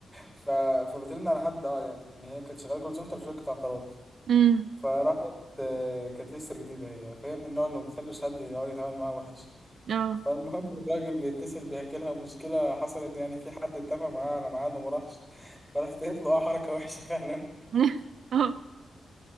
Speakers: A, in the centre; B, on the right.
A: ف... فبترن على حد اه يعني هي كانت شغاله كول سنتر في شركه عقارات
B: امم
A: فراحت آه، كانت لسه جديده هي فهي من النوع اللي ما بتحبش حد اللي هو يتعامل معاه وحش
B: اه
A: فالمهم <laughs> الراجل بيتصل بيحكي لها مشكله حصلت يعني في حد اتفق معاه على ميعاد وما راحش فراحت قالت له اه حركه وحشه <laughs> فعلا
B: <laughs> اه